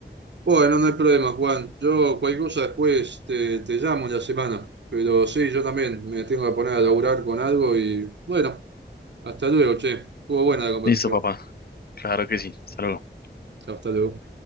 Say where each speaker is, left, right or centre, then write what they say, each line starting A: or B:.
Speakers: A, on the right; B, on the left.
A: Bueno, no hay problema, Juan. Yo cualquier cosa después te, te llamo en la semana. Pero sí, yo también me tengo que poner a laburar con algo y bueno, hasta luego, che. Estuvo buena la conversación.
B: Listo, papá. Claro que sí. Hasta luego.
A: Hasta luego.